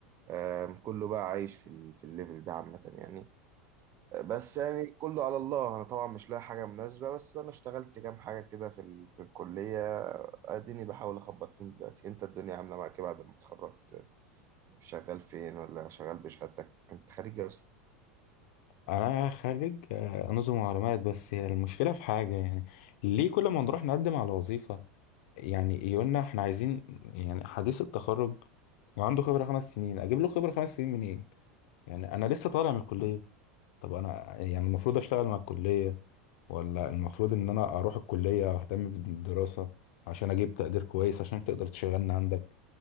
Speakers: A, on the right; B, on the left.
A: آه، كله بقى عايش في ال- في الليفل ده عامة يعني بس يعني كله على الله انا طبعا مش لاقي حاجه مناسبه بس انا اشتغلت كام حاجه كده في ال... في الكليه اديني بحاول اخبط فيهم دلوقتي انت الدنيا عامله معاك إيه بعد ما اتخرجت شغال فين ولا شغال بشهادتك انت خريج إيه اصلا
B: انا خارج آه، نظم معلومات بس هي المشكله في حاجه يعني ليه كل ما نروح نقدم على وظيفه يعني يقولنا احنا عايزين يعني حديث التخرج وعنده خبره خمس سنين اجيب له خبره خمس سنين منين يعني انا لسه طالع من الكليه طب انا يعني المفروض اشتغل مع الكلية ولا المفروض ان انا اروح الكلية واهتم بالدراسة عشان اجيب تقدير كويس عشان تقدر تشغلني عندك